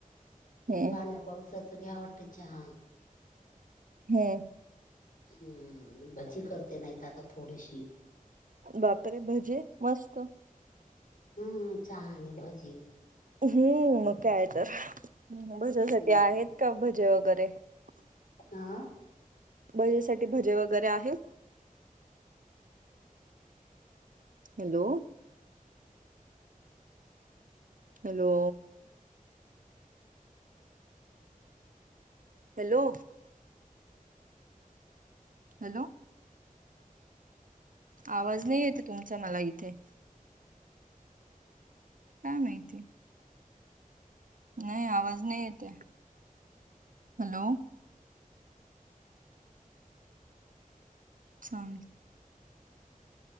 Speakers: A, on the right; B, on the left.
A: हम्म
B: पाण्या पावसाचं घ्या वाटते च हा.
A: हम्म.
B: हम्म भजी करते नाहीत आता थोडीशी
A: बापरे भजे मस्त
B: ह चहा आणि भजी
A: हम्म मग कायय तर भज्यासाठी
B: हम्म
A: आहेतच का भजे वगेरे <unintelligible>
B: हा.
A: भजेसाठी भजे वगेरे आहेत. हॅलो. हॅलो. हॅलो. हॅलो. आवाज नाइ येतय तुमचा मला इथे? काय माहिती? नाइ आवाज नाइ येतेय हॅलो अच्छा.